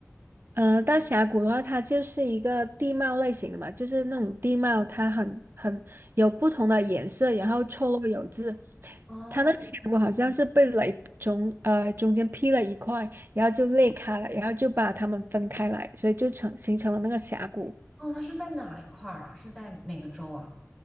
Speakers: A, on the right; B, on the left.
A: 呃，大峡谷的话，它就是一个地貌类型的嘛，就是那种地貌，它很很有不同的颜色，然后错落有致。
B: 啊？
A: 它那个峡谷好像是被雷从呃中间劈了一块，然后就裂开了，然后就把它们分开来，所以就成形成了那个峡谷。
B: 哦，它是在哪一块儿啊？是在哪个州啊？